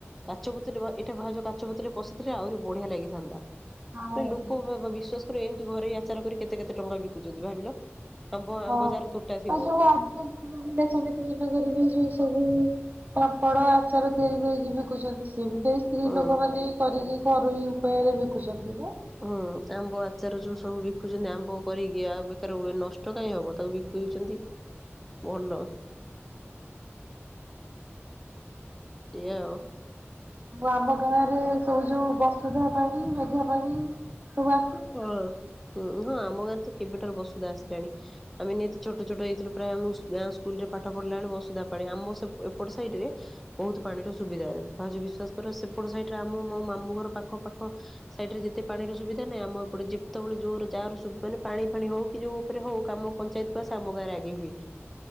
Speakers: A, in the centre; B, on the right (about 40°).
A: କାଚ ବୋତଲ ବା ଏଟା ଭାଉଜ ଯଉ କାଚ ବୋତଲ ପଶିଥିଲେ ଆହୁରି ବଢିଆ ଲାଗିଥାନ୍ତା।
B: ହଁ
A: ଲୋକ ବିଶ୍ଵାସ କର ଏମତି ଘରେ ଆଚାର କରି କେତେ କେତେ ଟଙ୍କା ବିକୁଛନ୍ତି ଭାବିଲ। ଆମ୍ବ
B: ହଁ
A: ଆମ୍ବଜାର ତୁଟା ଥିବ।
B: <inaudible> ସମିତି ଦିନ କରିବି ସେ ସବୁ ପାମ୍ପଡ ହିସାବରେ ତିଆରି କରିକି ବିକୁଛନ୍ତି ସିଏ ବି ତ ଏଇ ସ୍ତ୍ରୀ
A: ହୁଁ।
B: ଲୋକମାନୋନେ କରିକି ଘରୋଇ ଉପାୟରେ ବିକୁଛନ୍ତି ନା।
A: ହୁଁ ଆମ୍ବ ଆଚାର ଯୋଉ ସବୁ ବିକୁୁଛନ୍ତି ଆମ୍ବ କରିକି ଆଉ ବେକାର ହୁଏ ନଷ୍ଟ କାହିଁ ହବ ତାକୁ ପଉଛନ୍ତି ଭଲ। ଏଇୟା ଆଉ।
B: ଆମ ଗାଁ ରେ ସବୁ ଯୋଉ ବସୁଧା ପାଣି ମେଘା ପାାଣି ସବୁ ଆ
A: ହଁ ହଁ ଆମ ଗାଁରେ ତ କେବେଟାର ବସୁଧା ଆସିଲାଣି। ଆମେ ନିହାତି ଛୋଟ ଛୋଟ ହେଇଥିଲୁ ପ୍ରାୟ ଆମ ଗାଁ ସ୍କୁଲ ରେ ପାଠ ପଢିଲା ବେ ବସୁଧା ପାଣି ଆମ ସେ ଏଟ ସାଇଡ ରେ ବହୁତ ପାଣିର ସୁବିଧା ଭାଉଜ ବିଶ୍ଵାସ କର ସେପଟ ସହିରେ ଆମ ମୋ ମାମୁ ଘର ପାଖ ପାାଖ ସାଇଡରେ ଯେତେ ପାଣିର ସୁବିଧା ନାଇଁ ଆମ ଏପଟେ ଯେତେବେଳେ ଜୋର ଯାହାର ସୁବି ମାନେ ପାଣି ଫାଣି ହୋଉ କି ଯୋଉ ଉପରେ ହୋଉ କାମ ପଞ୍ଚାୟତକୁ ଆସେ ଆମ ଗାଁରେ ଆଗେ ହୁଏ।